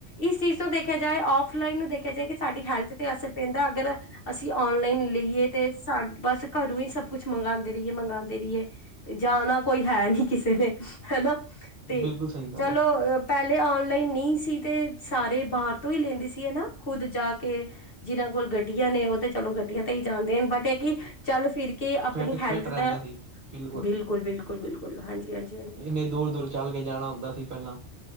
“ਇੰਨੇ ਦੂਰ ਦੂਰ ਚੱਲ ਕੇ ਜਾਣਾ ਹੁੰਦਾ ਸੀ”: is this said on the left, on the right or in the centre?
Right